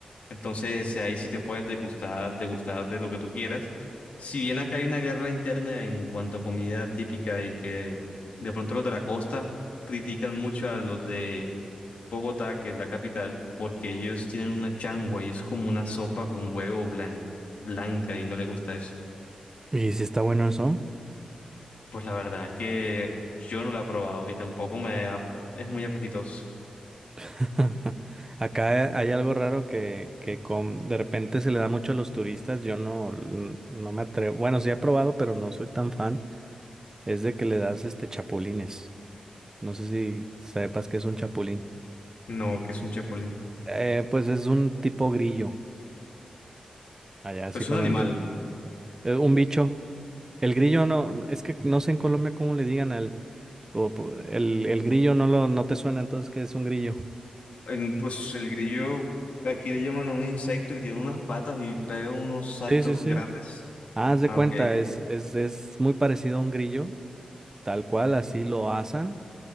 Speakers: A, on the left (about 70°); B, on the right (about 25°).
A: Entonces, ahí sí te puedes degustar, degustar de lo que tú quieras. Si bien acá hay una guerra interna en cuanto a comida típica y que de pronto los de la costa critican mucho a los de Bogotá, que es la capital, porque ellos tienen una changua y es como una sopa con huevo blan- blanca y no les gusta eso.
B: ¿Y si está bueno eso?
A: Pues la verdad es que yo no la he probado y tampoco me ha- es muy apetitoso.
B: <laughs> Acá hay algo raro que, que com- de repente se le da mucho a los turistas. Yo no, no me atrevo. Bueno, sí he probado, pero no soy tan fan. Es de que le das este chapulines. No sé si sepas que es un chapulín.
A: No, que es un chapulín.
B: Eh, pues es un tipo grillo. Allá
A: Pues
B: sí
A: es
B: conoce.
A: un animal.
B: eh, un bicho. El grillo no, no- es que no sé en Colombia cómo le digan al o po- el, el grillo no lo, no te suena, entonces que es un grillo.
A: En- pues el grillo, aquí le llaman a un insecto que tiene unas patas y pega unos saltos
B: Sí, sí, sí.
A: grandes.
B: Ah, haz de
A: Ah,
B: cuenta,
A: Ok.
B: es, es, es muy parecido a un grillo, tal cual, así lo asan